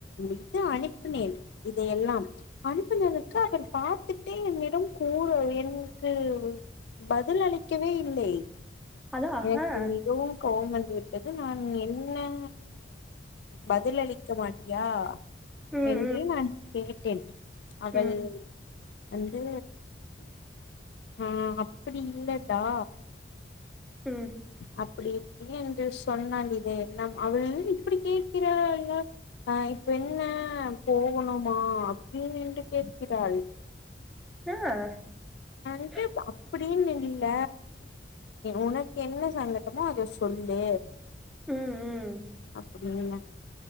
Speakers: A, on the left (about 70°); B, in the centre.
A: இது அனுப்பினேன் இதையெல்லாம் அனுப்புங்க க அவர் பாத்துட்டே என்னிடம் கூற என்க்கு பதில் அளிக்கவே இல்லை
B: அதா
A: என்க்கு
B: ஆ
A: மிகவும் கோவம் வந்து விட்டது நான்னு என்ன பதிலளிக்க மாட்டியா
B: ம்
A: என்று நான் கேட்டேன் வல்
B: ம் ம்
A: வந்து ஆ அப்படி இல்லடா
B: ம்
A: அப்படி எப்படி என்று சொன்னாள் இது நம் அவள் இப்படி கேட்கிறால்லா அ இப்ப என்ன போகணுமா அப்படின் என்று பேசுகிறாள்
B: ஆ <inaudible>
A: ட்டு அப்படின்னு இல்ல உனக்கு என்ன சங்கட்டமோ அத சொல்லு
B: ம் ம்
A: அப்படில்ல